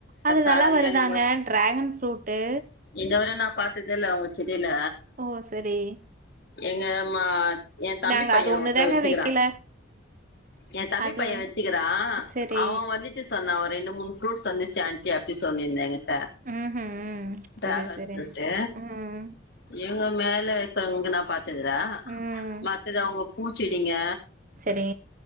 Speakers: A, on the right (about 45°); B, on the left (about 60°).
A: அது
B: கால்யாணி
A: நல்லா வருதாங்க டிராகன் ஃப்ரூட்டு்
B: இதுவர நா பாத்தது இல்ல அவுங்க செடில
A: ஓ செரி
B: எங்க மா எ தம்பி
A: நாங்க
B: பைய
A: அது ஒண்ணுதாங்க
B: ஒருத்த வச்சுக்கிறா
A: வைக்கல
B: எ தம்பி
A: அது
B: பைய வச்சுக்கிறா
A: சரி
B: அவ வந்து சஸ் சொன்னா ஒரு ரெண்டு மூனு ஃபுருட்ஸ் வந்துச்சு ஆண்ட்டி அப்டி சொன்னிருந்தா ஏங்க்கிட்ட
A: ம்ஹும்
B: டிராகன்
A: சரி சரி
B: ஃபுரூட்டு
A: ம்
B: இங்க மேல இருக்கறவங்குள்த நா பாத்துகுறே
A: ம்
B: மத்தது அவுங்க பூச்செடிங்க
A: சரி